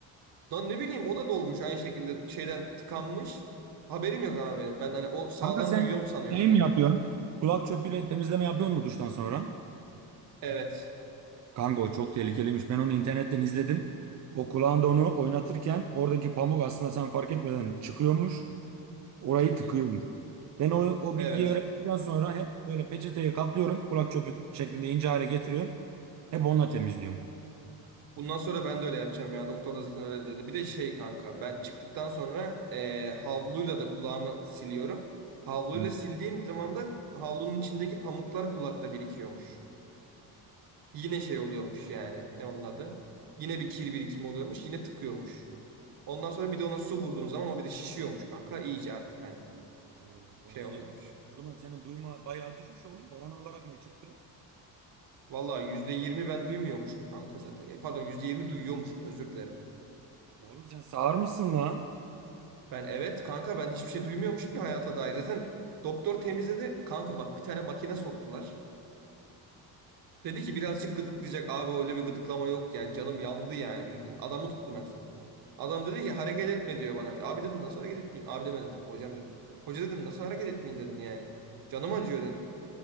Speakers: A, on the right; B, on the right.
A: Lan ne bileyim o da dolmuş aynı şekilde şeyden tıkanmış. Haberim yok ama benim. Ben hani o sağdan
B: Kanka sen
A: duyuyorum sanıyorum
B: şey
A: ben.
B: mi yapıyorsun? Kulak çöpüyle temizleme yapıyor mu duştan sonra?
A: Evet.
B: Kanka o çok tehlikeliymiş. Ben onu internetten izledim. O kulağında onu oynatırken oradaki pamuk aslında sen fark etmeden çıkıyormuş. Orayı
A: Evet.
B: tıkıyormuş.
A: Hı hı.
B: Ben o, o
A: Evet.
B: bilgiyi öğrendikten sonra hep böyle peçeteyi katlıyorum. Kulak çöpü şeklinde ince hale getiriyorum. Hep onunla temizliyorum.
A: Bundan sonra ben de öyle yapacağım ya. Doktor da zaten öyle dedi. Bir de şey kanka ben çıktıktan sonra eee, havluyla da kulağımı siliyorum. Havluyla
B: Hı.
A: sildiğim zaman da havlunun içindeki pamuklar kulakta birikiyormuş. Yine şey oluyormuş yani. Ne onun adı? Yine bir kir birikimi oluyormuş. Yine tıkıyormuş. Ondan sonra bir de ona su vurduğun zaman o bir de şişiyormuş kanka. İyice artık hani
B: Oo, orayı
A: şey
B: iyice...
A: oluyormuş.
B: O zaman senin duyma bayağı düşmüş oğlum. Oran olarak ne çıktı?
A: Vallahi %20 ben duymuyormuşum kanka zaten. E, pardon %20 duyuyormuşum özür dilerim.
B: Oğlum sen sağırmışsın lan.
A: Ben evet kanka ben hiçbir şey duymuyormuşum ki hayata dair. Zaten doktor temizledi. Kanka bak bir tane makine soktular. Dedi ki birazcık gıdıklayacak. Abi öyle bir gıdıklama yok yani. Canım yandı yani bildiğin. Adamı tuttum en son. Adam dedi ki hareket etme diyor bana bir de. Abi dedim nasıl hareket etmeyeyim? Abi demedim tabii hocam dedim. Hoca dedim nasıl hareket etmeyeyim dedim yani. Canım acıyor dedim.